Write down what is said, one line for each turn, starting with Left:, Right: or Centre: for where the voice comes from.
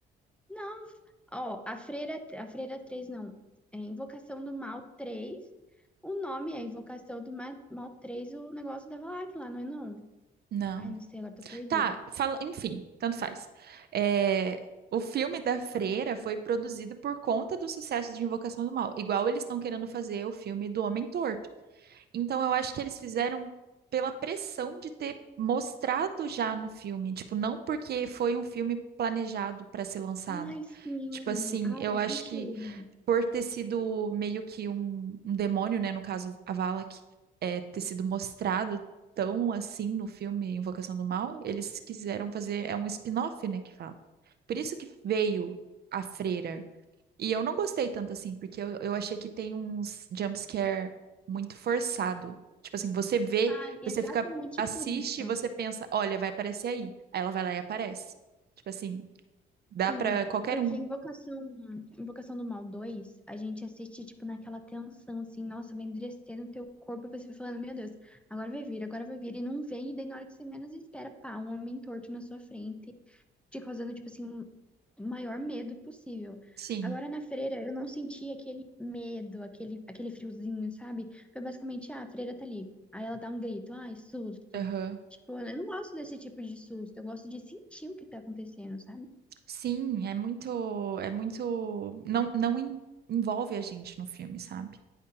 Centre: Não. Ó, a freira, a freira três não. É Invocação do Mal três. O nome é Invocação do Ma- Mal três, o negócio da Valak lá, não é não?
Right: Não.
Centre: Ai, não sei, agora tô perdida.
Right: Tá, fala, enfim, tanto faz. É, o filme da Freira foi produzido por conta do sucesso de Invocação do Mal, igual eles estão querendo fazer o filme do Homem Torto. Então eu acho que eles fizeram pela pressão de ter mostrado já no filme, tipo, não porque foi um filme planejado para ser lançado.
Centre: Ai, sim.
Right: Tipo assim,
Centre: Ai,
Right: eu
Centre: faz
Right: acho
Centre: sentido.
Right: que por ter sido meio que um, um demônio, né? No caso, a Valak, é, ter sido mostrado tão assim no filme Invocação do Mal, eles quiseram fazer, é um spin-off, né, que fala. Por isso que veio a freira. E eu não gostei tanto assim, porque eu, eu achei que tem uns jumpscare muito forçado. Tipo assim, você vê,
Centre: Ai, exatamente
Right: você fica, assiste
Centre: por isso.
Right: e você pensa, olha, vai aparecer aí. Aí ela vai lá e aparece. Tipo assim, dá
Centre: Sim,
Right: pra qualquer
Centre: porque
Right: um.
Centre: Invocação, Invocação do Mal dois a gente assiste, tipo, naquela tensão, assim, nossa, vai endurecer no teu corpo, você vai falando, meu Deus, agora vai vir, agora vai vir, e não vem, e daí na hora que você menos espera, pá, um homem torto na sua frente, te causando, tipo assim, o maior medo possível.
Right: Sim.
Centre: Agora na freira eu não senti aquele medo, aquele, aquele friozinho, sabe? Foi basicamente, ah, a freira tá ali. Aí ela dá um grito, ai, susto.
Right: Aham.
Centre: Tipo, eu não gosto desse tipo de susto, eu gosto de sentir o que tá acontecendo, sabe?
Right: Sim, é muito, é muito, não, não en- envolve a gente no filme, sabe?